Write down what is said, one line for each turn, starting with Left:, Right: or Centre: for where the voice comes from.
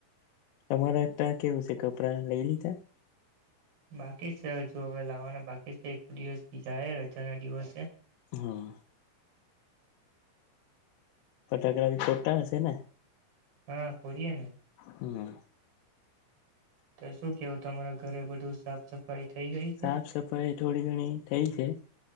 Left: તમારા ત્યાં કેવું છે કપડા લઈ લીધા
Right: બાકી છેજુ હવે લાવવાના બાકી દિવસ જાહેર જા ના દિવસે
Left: હા ફટાકડા બી ફોટા હશે ને
Right: હા પએને
Left: હમ
Right: તો શું કેવું તમારા ઘરે બધું સાફ સફાઈ થઈ ગઈ છે
Left: સાફ સફાઈ થોડી ઘણી થઇ છે